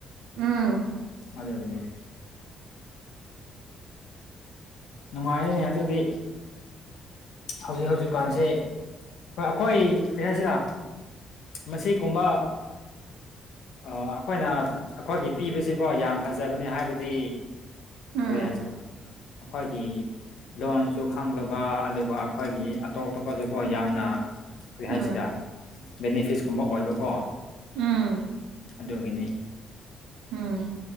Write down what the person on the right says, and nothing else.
ꯎꯝ
ꯎꯝ
ꯎꯝ
ꯎꯝ
ꯎꯝ